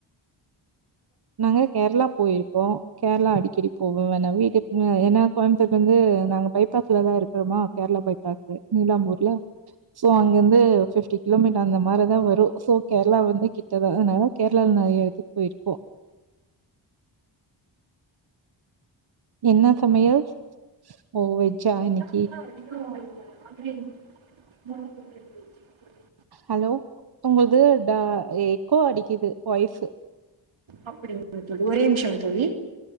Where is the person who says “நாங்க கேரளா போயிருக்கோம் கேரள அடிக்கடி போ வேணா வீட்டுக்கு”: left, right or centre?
Right